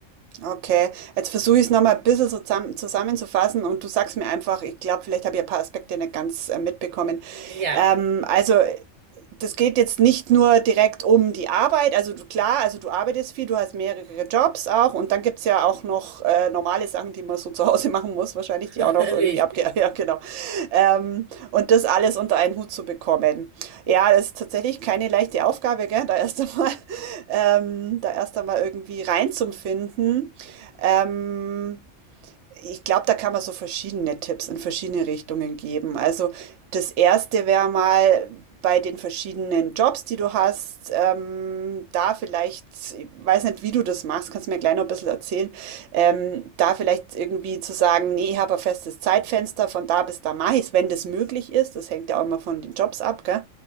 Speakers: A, on the right; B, on the right.
A: Okay, jetzt versuche ich es nochmal ein bisschen so zusammen, zusammenzufassen und du sagst mir einfach, ich glaube, vielleicht habe ich ein paar Aspekte nicht ganz äh, mitbekommen.
B: Ja,
A: Ähm, also, äh, das geht jetzt nicht nur direkt um die Arbeit, also du, klar, also du arbeitest viel, du hast mehrere Jobs auch und dann gibt es ja auch noch äh, normale Sachen, die man so zu Hause <laughs> machen muss, wahrscheinlich,
B: <laughs>
A: die auch noch irgendwie
B: richtig.
A: abge... <laughs> Ja, genau. Ähm, und das alles unter einen Hut zu bekommen. Ja, das ist tatsächlich keine leichte Aufgabe, gell? Da erst einmal, <laughs> ähm, da erst einmal irgendwie reinzufinden. Ähm, ich glaube, da kann man so verschiedene Tipps in verschiedene Richtungen geben. Also das erste wäre mal bei den verschiedenen Jobs, die du hast, ähm, da vielleicht, ich weiß nicht, wie du das machst, kannst du mir gleich noch ein bisschen erzählen, ähm, da vielleicht irgendwie zu sagen, nee, ich habe ein festes Zeitfenster, von da bis da mache ich es, wenn das möglich ist. Das hängt ja auch immer von den Jobs ab, gell?